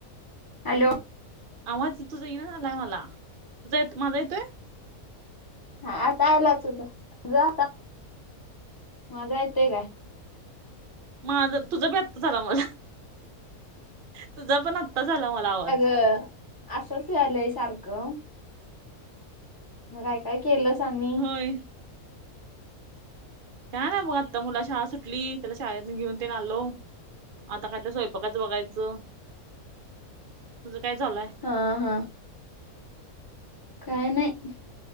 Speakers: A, on the left (about 20°); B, on the right (about 60°).
A: Hello.
B: आवाज तुझा येईना झालाय मला. तुझं येत माझा येतोय?
A: हा आता आला तुझा. माझा येतोय काय?
B: माझा, तुझा बी आत्ताच आला मला. तुझा पण आत्ताच आला मला आवाज.
A: अ - असंच यायलंय सारखं. मग काय काय केलंस आनी?
B: होय काय ना बुवा. आता मुला शाळा सुटली त्याला शाळेतून घेऊन तेन आलो. आता काय तर स्वय- पकाचं बघायचं. तुझं काय चालुय?
A: हं. हं. काय नाही.